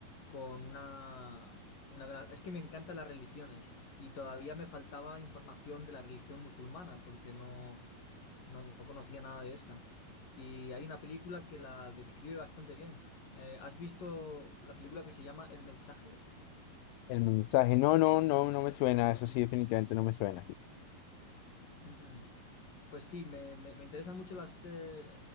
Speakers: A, on the left (about 60°); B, on the left (about 75°).
A: con una, una de las... Es que me encantan las religiones y todavía me faltaba información de la religión musulmana porque no... No, no conocía nada de esa. Y hay una película que la describe bastante bien. Eh, ¿has visto la película que se llama El mensaje?
B: El mensaje, no, no, no, no me suena, eso sí, definitivamente no me suena.
A: Mm. Pues sí, me, me, me interesan mucho las, eh,